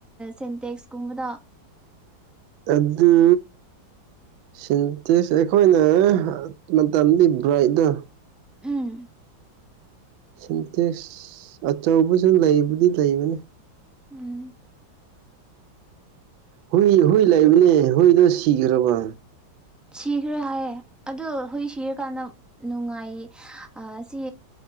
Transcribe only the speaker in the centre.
ꯁꯦꯟꯇꯦꯛꯁꯀꯨꯝꯕꯗꯣ
ꯎꯝ
ꯎꯝ
ꯁꯤꯈ꯭ꯔꯦ ꯍꯥꯏꯌꯦ ꯑꯗꯨ ꯍꯨꯎ ꯁꯤꯔꯀꯥꯟꯗ ꯅꯨꯡꯉꯥꯏꯌꯦ ꯑꯁꯤ